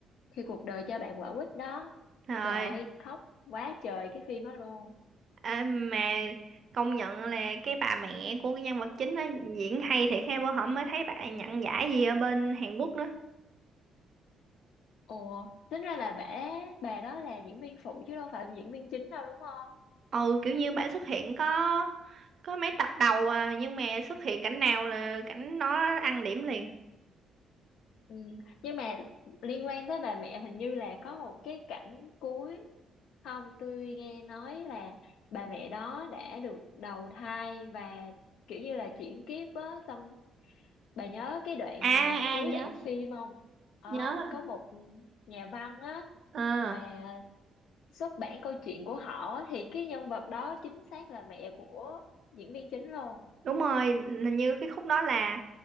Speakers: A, on the left; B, on the right.
A: Khi cuộc đời cho bạn quả quýt đó.
B: Rồi,
A: Trời ơi, khóc quá trời cái phim đó luôn.
B: à, mà công nhận là cái bà mẹ của cái nhân vật chính á diễn hay thiệt ha bữa hổm mới thấy bà nhận giải gì ở bên Hàn Quốc nữa.
A: Ồ, tính ra là bà, bà đó là diễn viên phụ chứ đâu phải là diễn viên chính đâu đúng không?
B: Ừ kiểu như bà xuất hiện có có mấy tập đầu à, nhưng mà xuất hiện cảnh nào là cảnh nó ăn điểm liền.
A: Ừ. Nhưng mà liên quan tới bà mẹ hình như là có một cái cảnh cuối không tôi nghe nói là bà mẹ đó đã được đầu thai và kiểu như là chuyển kiếp á xong bà nhớ cái đoạn
B: À
A: mà cuối
B: à nhớ
A: đoạn phim không Ờ,
B: nhớ.
A: có một nhà văn á
B: Ờ
A: mà xuất bản câu chuyện của họ á, thì cái nhân vật đó chính xác là mẹ của diễn viên chính luôn
B: đúng rồi, hình như cái khúc đó là